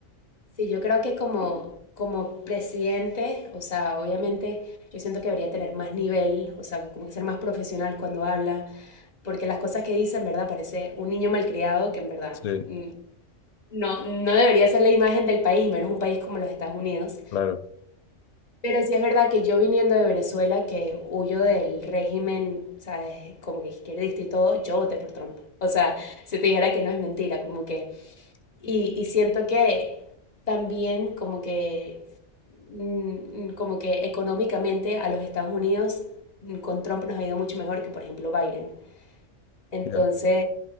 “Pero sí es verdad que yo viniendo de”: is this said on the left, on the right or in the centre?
Left